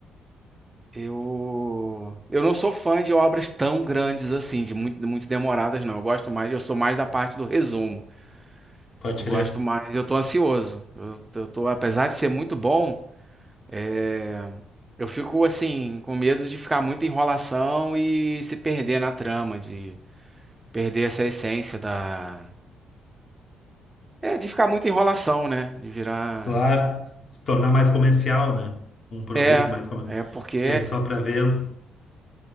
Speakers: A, on the right (about 20°); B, on the left (about 50°).
A: Eu, eu não sou fã de obras tão grandes assim, de muito, muito demoradas, não. Eu gosto mais, eu sou mais da parte do resumo.
B: Pode
A: Eu
B: crer.
A: gosto mais, eu tô ansioso. Eu, eu tô, apesar de ser muito bom, é, eu fico assim, com medo de ficar muita enrolação e se perder na trama, de perder essa essência da. É, de ficar muita enrolação, né? De virar.
B: Claro, se tornar mais comercial, né? Um produto
A: É,
B: mais comercial,
A: é porque
B: que é só para venda.